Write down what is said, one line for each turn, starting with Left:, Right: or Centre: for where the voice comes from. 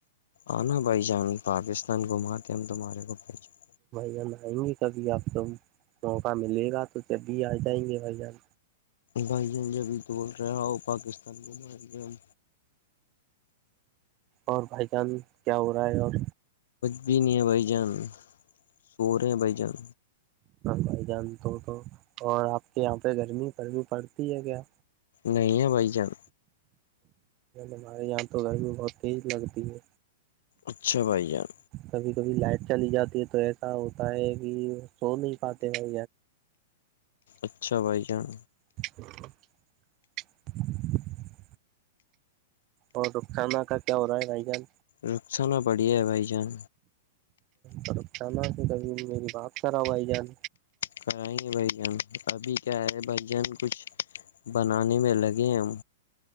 Left: آنا بھائی جان پاکستان گھماتے ہیں ہم تمہارے کو بھائی جان
Right: جان آئیں گے کبھی آپ تو موقع ملے گا تو جب بھی آ جائیں گے جان
Left: بھائی ہم ابھی تو بول رہے ہو پاکستان گھما رہیے ہم
Right: اور بھائی جان کیا ہو رہا ہے اور
Left: بھی نہیںیا بائی جان سوور بائی جان
Right: بھائی جان تو تو اور آپ کے یہاں پہ گرمی پر بھی پڑتی ہے کیا
Left: نہیں ہے بھائی جان
Right: ہمارے یہاں تو گھر بھی بہت تیز لگتی ہے
Left: اچھا بھائی جان
Right: کبھی کبھی لائٹ چلی جاتی ہے تو ایسا ہوتا ہے کہ سو نہیں پاتے ہیں
Left: اچھا بھائی ہاں
Right: <inaudible> <inaudible> اور کھانا کا کیا ہو رہا ہے بھائی جان
Left: رخس ہو نہا بڑھیا ہے بھائی جان
Right: کب میری باپ سرا ہوائی جان
Left: کرائیں گے بھ جان ابھی کیا ہے جان کچھ بنانے میں لگے ہم